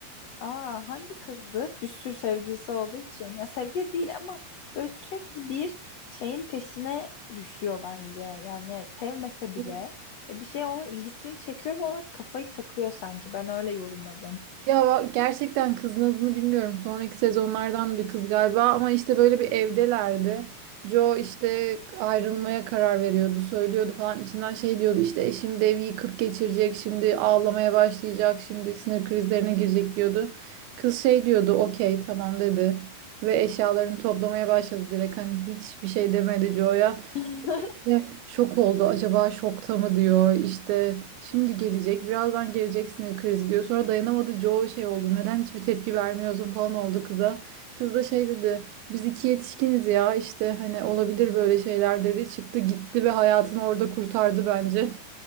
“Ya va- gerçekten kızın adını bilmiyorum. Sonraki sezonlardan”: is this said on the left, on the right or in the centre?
Right